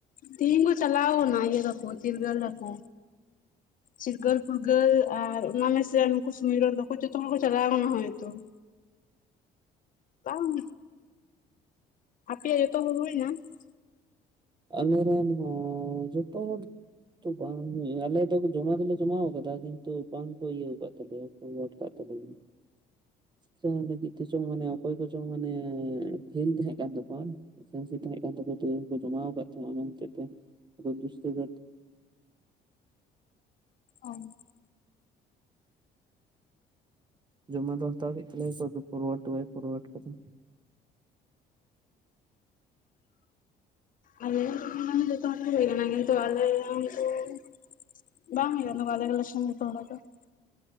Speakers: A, on the left (about 50°); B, on the right (about 25°).
A: ᱛᱤᱦᱤᱧ ᱠᱚ ᱪᱟᱞᱟᱣ ᱠᱟᱱᱟ ᱤᱭᱟᱹ ᱛᱟᱠᱩ ᱪᱤᱨᱜᱟᱹᱞ ᱛᱟᱠᱩ᱾ ᱪᱤᱨᱜᱟᱹᱞ ᱯᱷᱩᱨᱜᱟᱹᱞ ᱟᱨ ᱚᱱᱟ ᱢᱮᱥᱮ ᱨᱮ ᱱᱩᱠᱩ ᱥᱩᱢᱤᱨᱚᱱ ᱛᱟᱠᱚ ᱡᱚᱛᱚ ᱦᱚᱲ ᱠᱚ ᱪᱟᱞᱟᱣ ᱟᱠᱟᱱᱟ ᱦᱚᱭᱛᱚ, ᱾ ᱵᱟᱝ ᱟᱯᱮᱛ ᱦᱭᱱᱟ <unintelligible>
B: ᱟᱞᱮ ᱱᱚᱣᱟ ᱡᱚᱛᱚ ᱦᱚᱲ, <unintelligible> ᱛᱚ ᱵᱟᱝ ᱟᱞᱮ ᱫᱚ ᱡᱚᱢᱟ ᱫᱚᱞᱮ ᱡᱚᱢᱟ ᱟᱠᱟᱫᱟ ᱠᱤᱱᱛᱩ ᱵᱟᱝ ᱠᱚ ᱤᱭᱟᱹ ᱟᱠᱟᱫ ᱛᱟᱞᱮᱭᱟ ᱜᱰ ᱠᱫ ᱛᱟᱞᱮᱭᱟ᱾ <unintelligible>
A: <unintelligible>
B: ᱪ ᱞᱟᱹᱜᱤᱫ ᱛᱮ ᱪᱚᱝ ᱢᱟᱱᱮ ᱚᱠᱚᱭ ᱠᱪᱚᱝ ᱢᱟᱱᱮ ᱯᱷᱮᱞ ᱛᱟᱦᱮᱸᱦ ᱠᱟᱱ ᱛᱟᱠᱚᱣᱟ ᱠᱟᱱ ᱛᱟᱠᱚᱣᱟ ᱥᱮ ᱥ ᱠᱚ <unintelligible> ᱡᱚᱢᱟ ᱟᱠᱟᱫ ᱛᱟᱦᱮᱫ ᱫᱚᱥᱟ <unintelligible>
A: ᱟᱨ <unintelligible>
B: ᱡᱚᱢᱟ ᱫᱚ ᱦᱟᱛᱟᱣ ᱦᱩᱭᱮᱱ ᱛᱟᱞᱮ ᱯᱷᱚᱨᱣᱟᱰ ᱫᱚ ᱵᱟᱭ ᱯᱷᱚᱨᱣᱟᱰ ᱠᱟᱫᱟ <inaudible>
A: ᱟᱞᱮ ᱡᱚᱛᱚ ᱦᱚᱲᱟᱜ ᱠᱤᱱᱛᱩ ᱟᱞᱮ <unintelligible> ᱵᱟᱝ ᱱᱚᱣᱟ ᱟᱞᱮ ᱜᱮᱞᱮ ᱥᱚᱢ ᱜᱮᱛ ᱚᱱᱟ ᱫᱚ ᱾ <unintelligible>